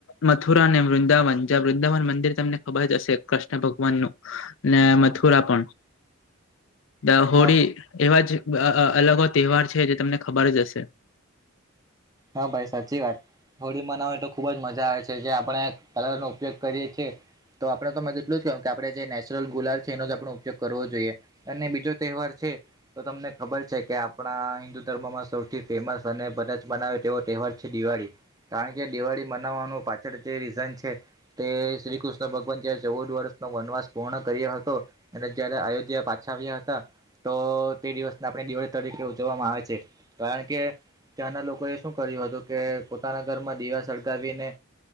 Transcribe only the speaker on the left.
મથુરા અને વૃંદાવન જ્યાં વૃંદાવન મંદિર તમને ખબર જ હશે કૃષ્ણ ભગવાન નું ને મથુરા પણ. ધ હોળી
એવા જ અલગ તહેવાર છે જે તમને ખબર જ હશે.